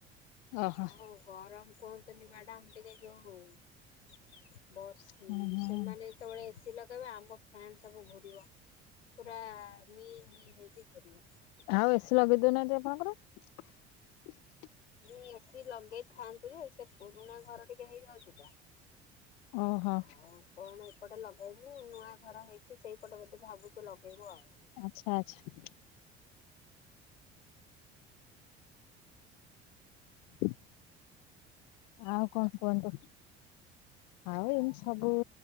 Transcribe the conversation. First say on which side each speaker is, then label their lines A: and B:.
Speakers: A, on the left; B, on the left.
A: ଓହୋ
B: ହୋଉ ଗରମ କୁହନ୍ତୁନି ମ୍ୟାଡାମ ଟିକେ <unintelligible> ବସ୍
A: ହୁଁ ହୁଁ।
B: ସେମାନେ ଯେତେବେଳେ ଏସିି ଲଗେଇବେ ଆମ ଫ୍ୟାନ୍ ସବୁ ଘୁରିବ ପୁରା ମି <unintelligible>
A: ଆଉ ଏସି ଲଗେଇ ଦଉନାହାନ୍ତି ଆପଣଙ୍କର?
B: ମୁଁ ଏସି ଲଗେଇ ଥାନ୍ତି ଯେ ସେ ପୁରୁଣା ଘର ଟିକେ ହେଇଯାଉଛି ତ।
A: ଓହୋ।
B: ଆଉ କଣ ଏପଟେ ଲଗେଇବୁ ନୂଆ ଘର ହେଇଛି ସିଏ ସେଇପଟେ ବୋଧେ ଭାବୁଛି ଲଗେଇବ ଆଉ।
A: ଆଛା ଆଛା। ହୁଁ ଆଉ କଣ କୁହନ୍ତୁ? ଆଉ ଏମିତି ସବୁ